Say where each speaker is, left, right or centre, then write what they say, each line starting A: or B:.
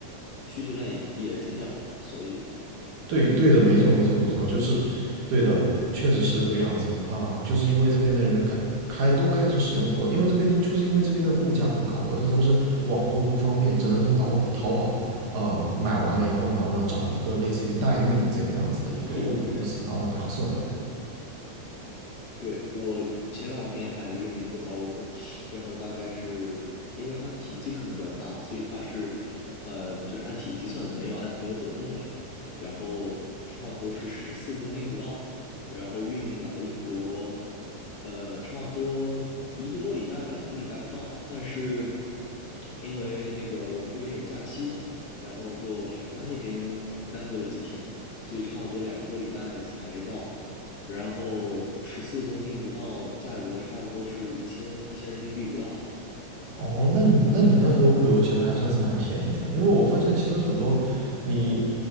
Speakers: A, on the left; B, on the right.
A: 需求量也也增长了。所以，
B: 对对的，没错没错没错，就是对的，
A: 嗯，
B: 确实是这个样子啊、就是因为这边的人开开都开始使用国内，
A: 嗯
B: 因为这边就是因为这边的物价很高，而且同时网购不方便，
A: 嗯
B: 只能从淘淘宝呃买完了以后，然后呢找一个类似于代运这个样子的一个物流公司，
A: 是的，是这样子。
B: 然后呢给他送过来。
A: 对，我前两天还运了一个包裹，然后大概是因为它体积可能比较大，所以它是呃就是按体积算的，没有按没有走重量，然后差不多是十四公斤不到，然后运来英国，呃差不多一个多礼拜吧，两个礼拜不到，但是因为那个我们这边有假期嘛，然后就海关那边耽搁了几天，所以差不多两个多礼拜才到。然后十四公斤不到，价格差不多是一千一千人民币不到。
B: 哦，那你那你那个物流其实还算是蛮便宜的，因为我发现其实很多你